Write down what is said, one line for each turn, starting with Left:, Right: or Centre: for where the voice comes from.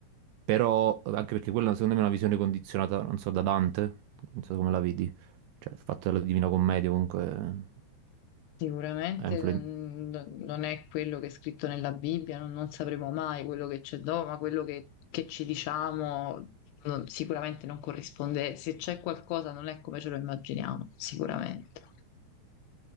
Right: Però, anche perché quella secondo me è una visione condizionata, non so, da Dante, non so come la vedi. Cioè, il fatto della Divina Commedia comunque
Left: sicuramente
Right: ha influenzato.
Left: mm, no- non è quello che è scritto nella Bibbia, non, non sapremo mai quello che c'è dopo, ma quello che, che ci diciamo non- sicuramente non corrisponde, se c'è qualcosa non è come ce lo immaginiamo, sicuramente.